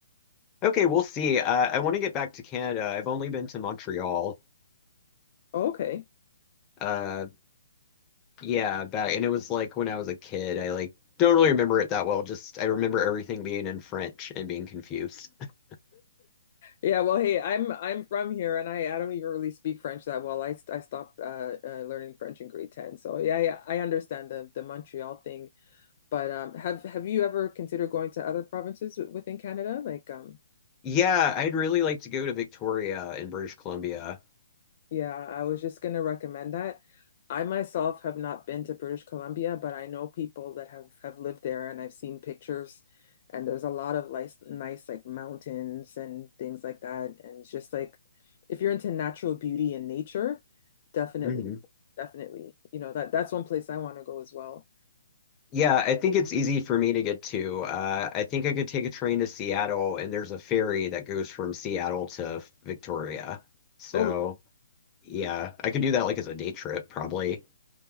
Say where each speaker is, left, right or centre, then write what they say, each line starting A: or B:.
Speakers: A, on the left; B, on the left.
A: Okay, we'll see. Uh, I want to get back to Canada. I've only been to Montreal.
B: Oh, okay.
A: Uh, yeah, back, and it was like when I was a kid. I like don't really remember it that well. Just I remember everything being in French and being confused. <laughs>
B: Yeah, well, hey, I'm I'm from here, and I I don't even really speak French that well. I st- I stopped uh, uh, learning French in grade ten, so yeah, yeah, I understand the the Montreal thing. But um, have have you ever considered going to other provinces w- within Canada, like um?
A: Yeah, I'd really like to go to Victoria in British Columbia.
B: Yeah, I was just going to recommend that. I myself have not been to British Columbia, but I know people that have have lived there and I've seen pictures and there's a lot of nice, nice like mountains and things like that and it's just like if you're into natural beauty and nature, definitely,
A: Mhm.
B: definitely. You know, that that's one place I want to go as well.
A: Yeah, I think it's easy for me to get to. Uh, I think I could take a train to Seattle, and there's a ferry that goes from Seattle to Victoria. So,
B: Oh,
A: yeah, I could do that like as a day trip, probably.